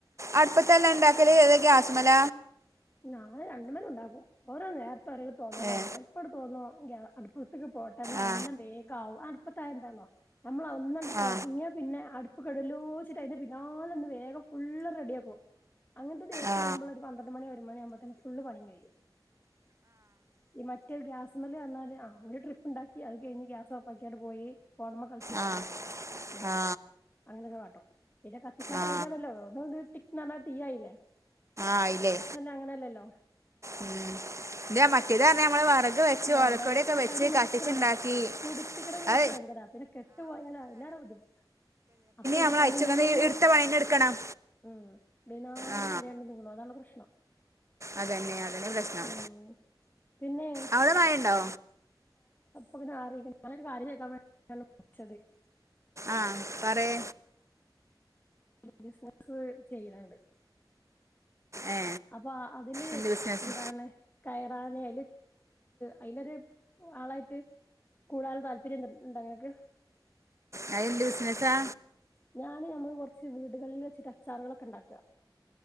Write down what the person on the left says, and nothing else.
ഞാന് രണ്ടുമേലേ ഒണ്ടാക്കും. ഓരോ നേരത്ത് ഒരോ തോന്നലാണ്
ചിലപ്പോവിടെ തോന്നോ അടുപ്പ് കത്തിക്ക പൊറത്തൊക്കെ പോട്ടെ എന്നാ
എല്ലാം വേഗാവും അടുപ്പത്തായ എന്താന്നോ നമ്മള ഒന്നണ്ടട് തൊടങ്ങിയ
പിന്നെ അടു ഇപ്പ <unintelligible> അയിന്റെ പിന്നാലെ നിന്ന് വേഗം ഫുള്ള് റെഡി ആക്കും അങ്ങനത്തെ ദിവസാവുമ്പോള്
ഒരു പന്ത്ര മണിവരെ ഒമ്പതരാ അമ്പഴതേക്ക് ഫുള്ള് പണിയും കഴിയും. ഈ മറ്റൊരു ഗ്യാ അസമല് വന്നാല് ആ ഒരു ട്രിപ്പ് ഉണ്ടാക്കി അത് കഴിഞ്ഞ് ഗ്യാസ് ഓഫാക്കിയിട്ട് പോയി ഫോണുമ്മേ കളിച്ചിരിക്കും
ഉം
അങ്ങനെയൊക്കെ കാട്ടും പിന്നെ കത്തിച്ചാ
ധൈര്യണല്ലോ ഒന്നൊന്ന് <unintelligible> തീയായില്ലേ
അങ്ങനല്ലല്ലോ
ആ
മെനക്കെട്ട്
അതിന്
നിക്കണ്ട പുടിപ്പിക്കണ കേസ്
ഭയങ്കരാ പിന്നെ കെട്ടു പോോയാലാ ഇല്ലാോ ബുദ്ധിമട്ട അപ്പൊ പിന്നെ
പണി
നൂള
ഉം അന്നേം
വരേണ്ട് നിങ്ങളള അതാണ് പ്രശ്നം
ഉം പിന്നെ
ൊ അറിയി ഞാനൊരു കാര്യംക്കാൻളിച്ചത്
ബിസിന ചെയ്യണണ്ട്
അപ്പൊ അതില്
എന്താണ് കയറാനല് അതിലൊരു ആളായിട്ട് കൂടാതും താല്പര്യംണ്ടങ്ങക്ക്
ഞാന് നമ്മക്ക് കുറച്ച് വീടുകളിൽ വെച്ചിട്ട് അച്ചാറുകളൊക്കെ ഉണ്ടാക്കുക